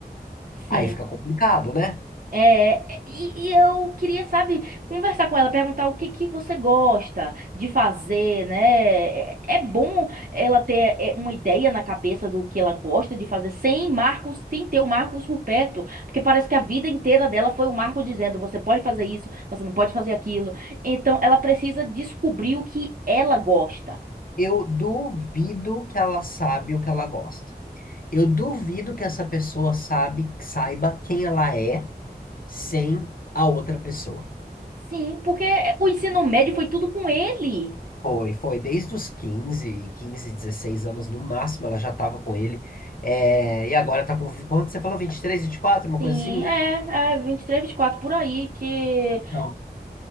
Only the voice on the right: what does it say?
Sim.
É, é, e, e eu queria, sabe, conversar com ela, perguntar o que que você gosta de fazer, né? É, é bom ela ter é, uma ideia na cabeça do que ela gosta de fazer, sem Marcos, sem ter o Marcos por perto, porque parece que a vida inteira dela foi o Marco dizendo, você pode fazer isso, você não pode fazer aquilo. Então, ela precisa descobrir o que ela gosta.
Sim, porque o ensino médio foi tudo com ele.
Sim,
é, é 23, 24 por aí que